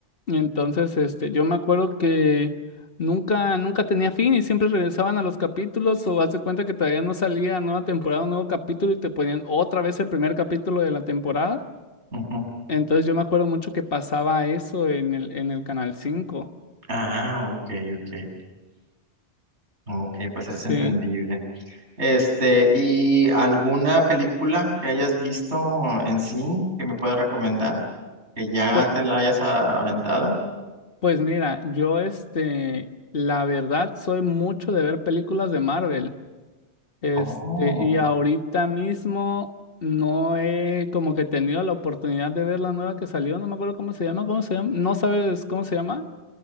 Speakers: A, on the left; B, on the right.
A: y entonces, este, yo me acuerdo que nunca, nunca tenía fin y siempre regresaban a los capítulos o haz de cuenta que todavía no salía nueva temporada, un nuevo capítulo y te ponían otra vez el primer capítulo de la temporada.
B: Ujú.
A: Entonces yo me acuerdo mucho que pasaba eso en el, en el Canal 5.
B: Ah, ok, ok. Ok, pues es
A: Sí,
B: entendible. Este, ¿y alguna película que hayas visto en sí que me puedas recomendar? Que ya
A: pues,
B: te la hayas aventado.
A: pues mira, yo este, la verdad soy mucho de ver películas de Marvel. Este,
B: Oh.
A: y ahorita mismo no he como que tenido la oportunidad de ver la nueva que salió, no me acuerdo cómo se llama, ¿cómo se llama? ¿No sabes cómo se llama?